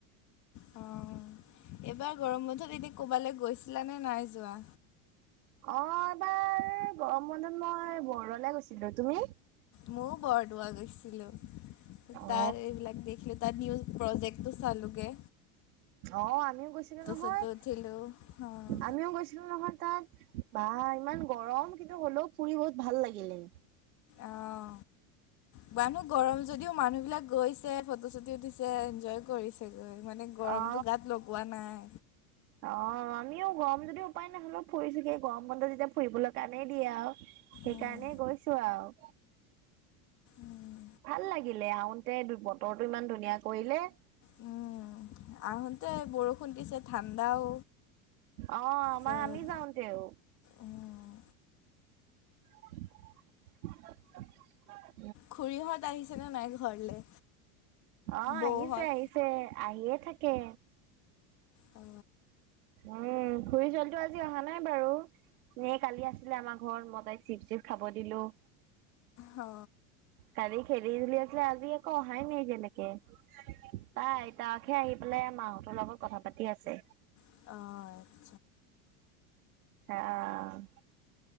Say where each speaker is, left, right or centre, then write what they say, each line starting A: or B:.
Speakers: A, on the left; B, on the right.
A: অ,। এইবাৰ গৰম বন্ধত এতিয়া ক'বালে গৈছিলা নে নাই যোৱা?
B: অ এবাৰ গৰম বন্ধত মই বৰদোৱালে গৈছিলো, তুমি?
A: ম‌ইয়ো বৰদোৱা গৈছিলো
B: অ
A: তাৰ এইবিলাক দেখিলো- তাত নিউ প্ৰজেক্টটো চালো গে।
B: অ আমিও গৈছিলো নহয়,
A: চটো উঠিলোঁ অঁ
B: আমিও গৈছিলো নহয় তাত। বাহঃ ইমান গৰম কিন্তু হ'লেও ফুৰি বহুত ভাল লাগিলে।
A: অঁ। ইমানো গৰম যদিও মানুহ বিলাক গৈছে ফটো চুট উঠিছে এনজয় কৰিছে। মানে গৰমটো
B: অ
A: গাত লগোৱা নাই।
B: অ আমিও গৰম যদিও উপায় নাই হ'লেও ফুৰিছো গে, গৰম বন্ধ যেতিয়া ফুৰিবলৈ কাৰণেই দিয়ে আও। সেইকাৰণেই
A: উম,
B: গৈছো আও।
A: উম।
B: ভাল লাগিলে আহোতে দু বতৰটো ইমান ধুনীয়া কৰিলে।
A: উম আহোঁতে বৰষুণ দিছে ঠাণ্ডাও,
B: অ আমাৰ
A: তাৰপিছত
B: আমি যাওঁতেও,
A: উম
B: <unintelligible>
A: খুড়ীহঁত আহিছেনে নাই ঘৰলে?
B: অ
A: বৌহঁত
B: আহিছে আহিছে আহিয়ে থাকে।
A: অ
B: উম খুৰী চোৱালীটো আজি অহা নাই বাৰু, এ কালি আছিলে আমাৰ ঘৰত মই তাইক চিপ চিপ খাব দিলো।
A: অ
B: কালি খেলি ধুলি আছিলে আজি একো অহাই নাই এতিয়ালৈকে। তাই আইতাকে হে আহি পেলাই মাহঁতৰ লগত কথা পাতি আছে।
A: অ
B: আহ